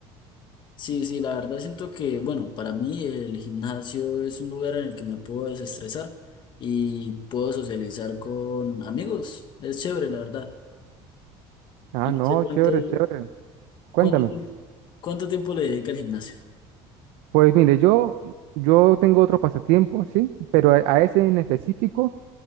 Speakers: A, on the left (about 40°); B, on the right (about 70°).
A: Sí, sí, la verdad siento que, bueno, para mí el gimnasio es un lugar en el que me puedo desestresar y puedo socializar con amigos. Es chévere, la verdad.
B: Ah,
A: ¿Y
B: no,
A: usted cuánto,
B: chévere, chévere. Cuéntame.
A: cuánto, ti- cuánto tiempo le dedica al gimnasio?
B: Pues mire, yo, yo tengo otro pasatiempo, sí, pero a, a ese en específico,